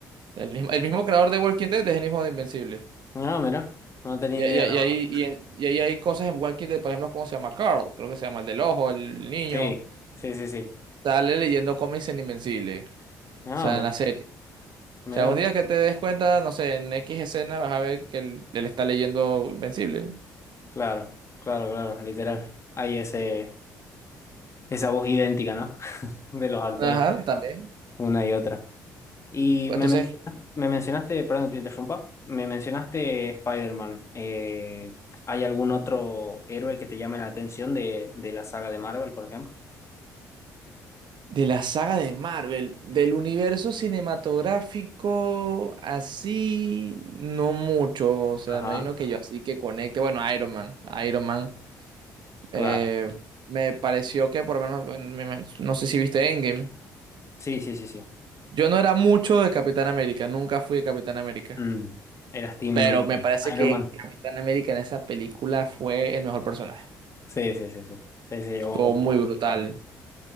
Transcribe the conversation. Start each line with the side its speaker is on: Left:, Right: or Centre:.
Right: el mismo, el mismo creador de Walking Dead es el mismo de Invencible.
Left: No, mira, no tenía
Right: Y,
Left: idea.
Right: y- y
Left: la verdad.
Right: ahí, y, en- y ahí hay cosas en One Kid, de, por ejemplo, ¿cómo se llama? Carl, creo que se llama el del ojo, el niño.
Left: Sí, sí, sí, sí.
Right: Sale leyendo cómics en Invencible.
Left: No,
Right: O sea,
Left: mira,
Right: en la serie.
Left: mira,
Right: O sea, un
Left: mira.
Right: día que te des cuenta, no sé, en X escena vas a ver que él, él está leyendo Invencible.
Left: Claro, claro, claro, literal. Hay ese, esa voz idéntica, ¿no? <laughs> De los actores,
Right: Ajá, también.
Left: una y otra. Y
Right: Entonces,
Left: me mencionaste, me mencionaste, perdón, te interrumpa, me mencionaste Spider-Man. Eh, ¿hay algún otro héroe que te llame la atención de, de la saga de Marvel, por ejemplo?
Right: de la saga de Marvel, del universo cinematográfico, así, no mucho. O sea,
Left: Ajá,
Right: no hay uno que yo así que conecte. Bueno, Iron Man. Iron Man.
Left: claro.
Right: Eh, me pareció que por lo menos, en- me- me- no sé si viste Endgame.
Left: Sí, sí, sí, sí.
Right: Yo no era mucho de Capitán América, nunca fui de Capitán América.
Left: Mm, Eras Team
Right: Pero me parece
Left: Iron
Right: que
Left: Man.
Right: Capitán América en esa película fue el mejor personaje.
Left: Sí, sí, sí, sí. Sí, se llevó
Right: Estuvo
Left: un
Right: muy
Left: poco
Right: brutal,
Left: el protagonismo.